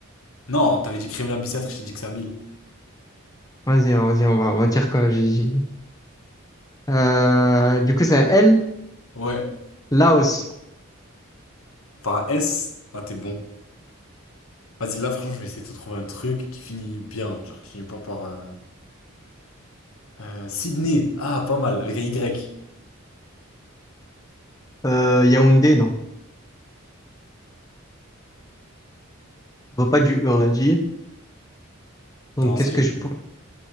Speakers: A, on the left (about 75°); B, on the left (about 15°).
A: Non, t'avais dit Kremlin Bicêtre, je t'ai dit Xamil.
B: Vas-y, vas-y, on va, on va dire quoi j'ai dit. Euh, du coup, c'est un L.
A: Ouais.
B: Laos.
A: Par un S, ah, t'es bon. Vas-y, là, franchement, je vais essayer de te trouver un truc qui finit bien. Genre, qui finit pas par. euh, euh, Sydney. Ah, pas mal, avec un Y.
B: Euh, Yaoundé, non. On voit pas du E, on l'a dit. Donc,
A: Non,
B: qu'est-ce
A: ça y
B: que
A: est. le-
B: je
A: E.
B: peux.